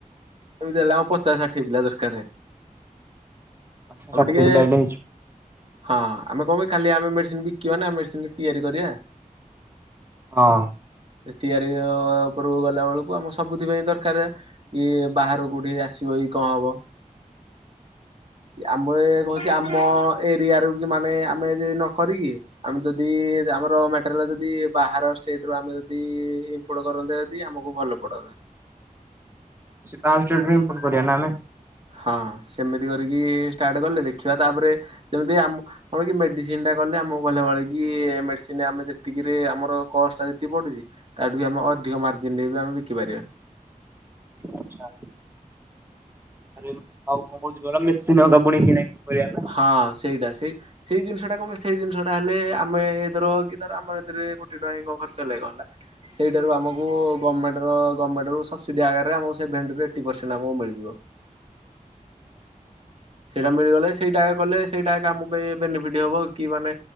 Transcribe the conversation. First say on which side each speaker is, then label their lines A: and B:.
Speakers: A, on the right; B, on the right.
A: ଏମତି ହେଲା ଆମ ପଚାଶ ଷାଠି ଦରକାରେ,
B: ଆଛା
A: ଆମେ
B: ଷାଠିଏ
A: ଟିକେ
B: ପିଲା ହେଲେ ହେଇଯିବ
A: ହଁ ଆମେ କଣ କାଲି ଆମେ ମେଡିସିନ ବିକିବା ନା ମେଡିସିନ ଟା ତିଆରି କରିବା।
B: ହଁ।
A: ତିଆରି ଉପରକୁ ଗଲା ବେଳକୁ ଆମ ସବୁଥିପାଇ ଦରକାର କି ବାହାର କୋଉଠି ଆସି କଣ ହବ। ଆମେ କହୁଛେ ଆମ ଏରିଆରୁ କି ମାନେ ଆମେ ଯଦି ନ, କରିକି ଆମେ ଯଦି ଆମର ମଟେରିଲ ଯଦି ବାହାର ଷ୍ଟେଟୁ ଆମେ ଯଦି ଇପୋର୍ଟ କର ଦେଦି ଆମକୁ ଭଲ ପଡାନ୍ତା।
B: ସେପ ପ କୋରିଆ ନ ଆମେ
A: ହଁ ସେମିତି କରିକି ଷ୍ଟାର୍ଟ କଲେ ଦେଖିବା ତାପରେ ଯେମିତି ଆମ କଣ କି ମେଡିସିନ ଟା କଲେ ଆମକୁ ଗହିଲବେଳେ କି ମେଡିସିନ ଆମେ ଯେତିକିରେ ଆମର ଦଶଟା ଯେତିକ ପଡୁଛି। ତାଠ ବି ଆମେ ଅଧିକ ମାର୍ଜିନ ରେ ବି ଆମେ ବିକିପାରିବା।
B: ଆଛା ଆରେ ଆଉ କଣ କହୁଥିଲୁ ମେସିନ୍ ପୁଣି କିଣା କରିବା ନା
A: ହଁ ସେଇଟା ସେଇ ସେଇ ଜିନିଷ ଟା କମେ ସେଇ ଜିନିଷ ହେଲେ ଆମେ ଏ ଧର କି ଧର ଆମର ଏଥିରେ କୋଟି ଟଙ୍କା କଣ ଖର୍ଚ୍ଚ ଲାଗ ହେଲା ସେଇଠାରୁ ଆମକୁ ଗମେଣ୍ଟର ଗମେଣ୍ଟରୁ ସବଦୀ ଆଗରେ ଆମକୁ ସେଭେଣ୍ଟି ରୁ ଏଇଟି ପରସେଣ୍ଟ ମିଳିଯିବ।
B: <inaudible>
A: ସେଇଟା ମିଳିଗଲେ ସେଇଟା କଲେ ସେଇଟା ଆମ ପାଇଁ ବେନିଫିଟ ହବ କି ମାନେ